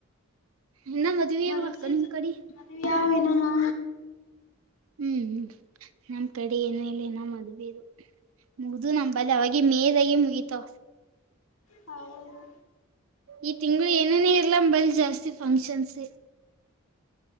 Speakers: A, on the right (about 75°); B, on the left (about 75°).
A: ಇನ್ನ ಮದ್ವಿ
B: ಮರುಸೀ
A: ಅಕ್ಕ ನಿಮ್ ಕಡೆ
B: ಮದುವೆಯಾವ ಇನವಾ
A: ಹ್ಮ್ ನಮ್ಮ್ ಕಡೆ ಏನಲೆ ನ ಮದ್ವೇರು ಮುಗ್ದು ನಂಬದು ಅವೆ ಮೇದಾಗಿ ಮುಗಿತೋ
B: ಹೌದು
A: ಈ ತಿಂಗಳು ಏನನ ಇರ್ಲ ಬಲ್ ಜಾಸ್ತಿ ಫಂಕ್ಷನ್ಸ್